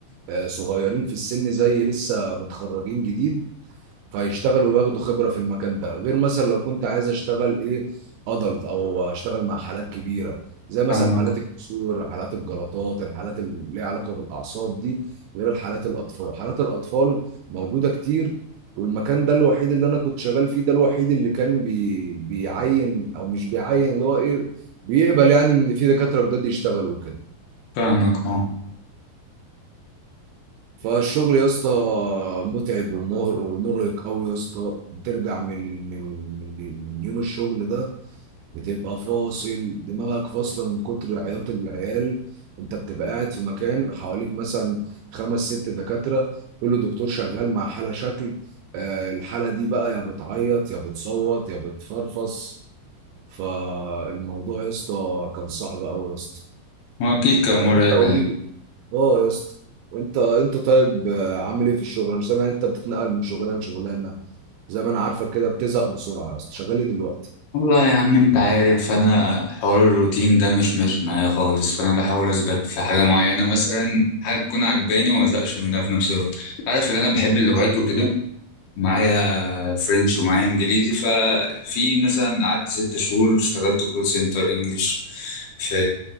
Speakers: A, on the right (about 80°); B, on the left (about 75°).
A: آه، صغيرين في السن زي لسه متخرجين جديد فيشتغلوا وياخدوا خبرة في المكان ده غير مثلا لو كنت عايز اشتغل ايه ادلت او اشتغل مع حالات كبيرة زي مثلا
B: فاهمك
A: حالات الكسور حالات الجلطات الحالات اللي ليها علاقة بالأعصاب دي غير الحالات الأطفال حالات الأطفال موجودة كتير والمكان ده الوحيد اللي أنا كنت شغال فيه ده الوحيد اللي كان بي... بيعين أو مش بيعين اللي هو إيه بيقبل يعني إن في دكاترة جداد يشتغلوا كده
B: فاهمك اه
A: فالشغل يا اسطى متعب ومر- ومرهق قوي يا اسطى بترجع من من من من يوم الشغل ده بتبقى فاصل دماغك فاصله من كتر عياط العيال انت بتبقى قاعد في مكان حواليك مثلا خمس ست دكاتره كل دكتور شغال مع حاله شكل آه، الحاله دي بقى يا بتعيط يا بتصوت يا بتفرفص فالموضوع يا اسطى كان صعب قوي يا اسطى
B: هو اكيد كان مره
A: فانت
B: هيك
A: قولي
B: عليك
A: اه يا اسطى انت انت طيب آه، عامل ايه في الشغل انا سامع انت بتتنقل من شغلانه لشغلانه زي ما انا عارفك كده بتزهق بسرعه يا اسطى شغال ايه دلوقتي
B: والله يا عم انت عارف انا حوار الروتين ده مش ماشي معايا خالص فانا بحاول اثبت في حاجه معينه مثلا حاجه تكون عجباني وما ازهقش منها في نفس الوقت عارف ان انا بحب اللغات وكده معايا فرنش ومعايا انجليزي ففي مثلا قعدت ست شهور اشتغلت كول سنتر انجليش في